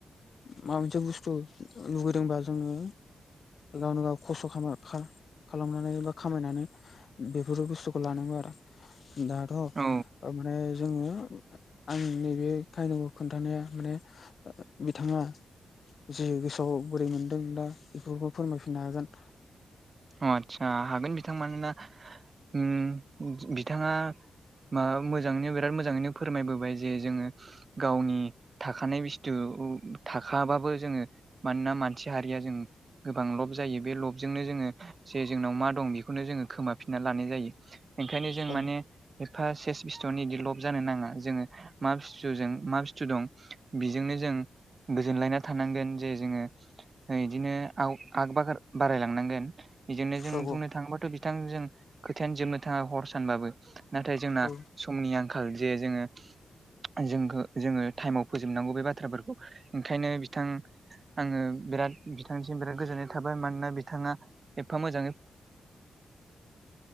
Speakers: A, on the left; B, on the right.
A: माबा मोनसे बुस्थु लुुबैदोंबा जोङो गावनो गाव खस्थ' खालाम-खालामनानै बा खामायनानै बेफोर बुस्थुखौ लानांगौ आरो। दाथ'
B: औ
A: माने जोङो आं नैबे काहानिखौ खोन्थानाया माने बिथाङा जे गोसोआव बोरै मोनदों दा बेफोरखौ फोरमायफिननो हागोन।
B: अ आदसा हागोन बिथां मानोना उम बिथाङा मा मोजाङैनो बिराद मोजाङैनो फोरमायबोबाय जे जोङो गावनि थाखानाय बुस्थु थाखाबाबो जोङो मानोना मानसि हारिया जों गोबां लब जायो बे लबजोंनो जोङो जे जोंनाव मा दं बेखौनो जोङो खोमाफिनना लानाय जायो। ओंखायनो जों
A: औ
B: माने एफा सेस बिस्थ'नि बिदि लब जानो नाङा। जोङो मा बुस्थुजों मा बुस्स्थु दं बेजोंनो जों गोजोनलायना थानांगोन जे जोङो बिदिनो आव आग बागार बारायलांनांगोन। बेजोंनो जों
A: औ
B: बुंनो थाङोबाथ' बिथां जों खोथायानो जोबनो थाङा हर सानबाबो। नाथाय जोंना
A: औ
B: समनि आंखाल जे जोङो जोंखो जोङो टाइमाव फोजोबनांगौ बे बाथ्राफोरखौ। ओंखायनो बिथां आङो बिराद बिथांसिम बिराद गोजोननाय थाबाय मानोना बिथाङा एफा मोजाङै